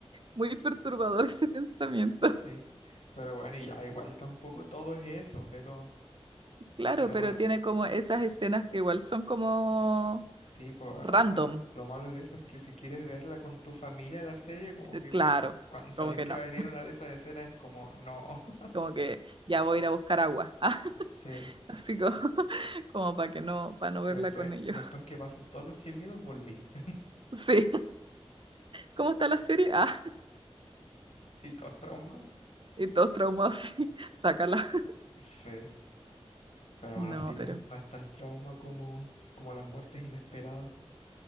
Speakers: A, on the right; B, on the left.
A: muy perturbador ese pensamiento.
B: sí. Pero bueno, y ya igual tampoco todo es eso, pero
A: Claro,
B: Pero
A: pero
B: bueno,
A: tiene como esas escenas que igual son como
B: sí, pues
A: random.
B: ah, lo, lo malo de eso es que si quieres verla con tu familia la serie, como
A: Eh,
B: que
A: Claro,
B: cuando sabéis
A: como que
B: que
A: no.
B: va a venir una de esas escenas es como, no, <laughs>
A: como que ya voy a ir a buscar agua. Ah, <laughs>
B: sí.
A: así como, <laughs> como para que no, para no verla
B: Y después,
A: con ellos.
B: después
A: <laughs>
B: que pasan todos los gemidos, volví. <laughs>
A: Sí, ¿cómo está la serie? Ah,
B: Y todos traumados.
A: y todos traumados, sí, <laughs> sácala.
B: Sí, pero aún
A: No,
B: así
A: pero.
B: no es, no es tan trauma como, como las muertes inesperadas.